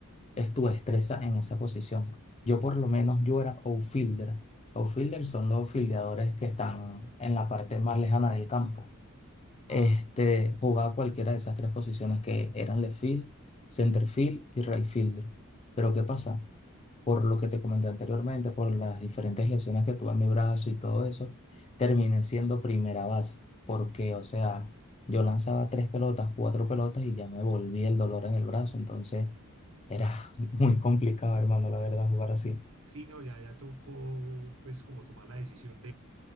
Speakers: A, on the left; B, on the right.
A: es tu destreza en esa posición. Yo por lo menos yo era outfielder. Outfielder son los fildeadores que están en la parte más lejana del campo.
B: Ah,
A: Este, jugaba cualquiera de esas tres posiciones que eran left field, center field y right fielder. Pero ¿qué pasa? por lo que te comenté anteriormente, por las diferentes lesiones que tuve en mi brazo y todo eso, terminé siendo primera base, porque, o sea, yo lanzaba tres pelotas, cuatro pelotas y ya me volvía el dolor en el brazo, entonces era <laughs> muy complicado, hermano, la verdad, jugar así.
B: Sí, no, ya, ya tocó pues como tomar la decisión